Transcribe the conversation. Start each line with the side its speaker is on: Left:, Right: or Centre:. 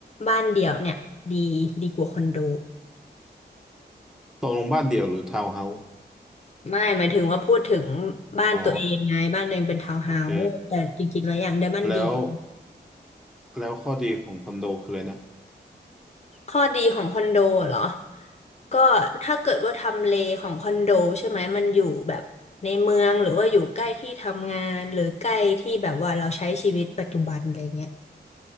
Left: บ้านเดี่ยวเนี่ยดีดีกว่าคอนโด
Centre: ตกลงบ้านเดี่ยวหรือทาวน์เฮาส์
Left: ไม่หมายถึงว่าพูดถึงบ้านตัวเองไงบ้านตัวเองเป็นทาวน์เฮาส์แต่จริงๆแล้วอย่างได้บ้านเดียว
Centre: อ๋อโอเคแล้วแล้วข้อดีของคอนโดคืออะไรนะ
Left: ข้อดีของคอนโดเหรอก็ถ้าเกิดว่าทำเลของคอนโดใช่ไหมมันอยู่แบบในเมืองหรือว่าอยู่ใกล้ที่ทำงานหรือใกล้ที่แบบว่าเราใช้ชีวิตปัจจุบันอะไรเงี้ย